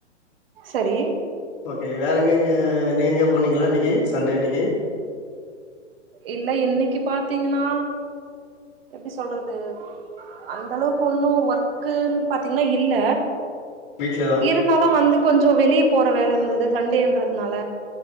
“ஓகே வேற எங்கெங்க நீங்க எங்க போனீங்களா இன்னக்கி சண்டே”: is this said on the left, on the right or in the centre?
Left